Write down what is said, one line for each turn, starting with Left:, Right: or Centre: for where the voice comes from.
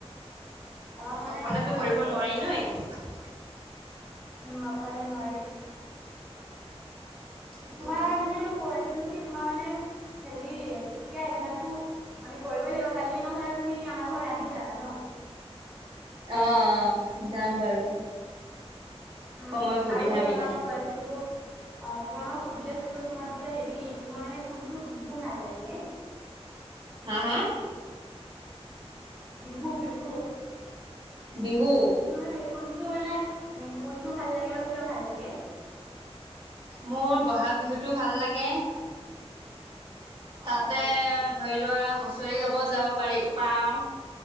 Centre: আমাক মানে
Right: অকলেতো
Centre: মানুহ লাগে
Right: কৰিব নোৱাৰি ন, এই
Centre: উম অকলে নোৱাৰি। তোমাৰ,
Right: সেইটো
Centre: মানে,
Right: হয়।
Centre: মই কৈ আছোঁ ছিলো কি তোমাৰ মানে হেৰি এতিয়া এইবিলাকো আমি কৰিবই লাগিব কালি নহলে তুমি আমাৰ ঘৰত আহি যাবা ন।
Right: অ' অ' যাম বাৰু।
Centre: উ
Right: সময় সুবিধা
Centre: আৰু তোমাৰ
Right: মিলাই
Centre: মই কৈ আছিলো অ', তোমাক মই সুধি আছিলোঁ। তোমাক যে, হেৰি, তোমাৰ, মানে, কোনটো বিহু ভাল লাগে?
Right: হা? হা?
Centre: বিহু, বিহু
Right: বিহু
Centre: নহয় কোনটো মানে, উ কোনটো ভাল লাগে আৰু কিয় ভাল লাগে?
Right: মোৰ ব'হাগ বিহুটো ভাল লাগে তাতে,
Centre: অ আচ্ছা আচ্ছা
Right: ধৰি লোৱা, হুচৰি গাব যাব পাৰি, পাও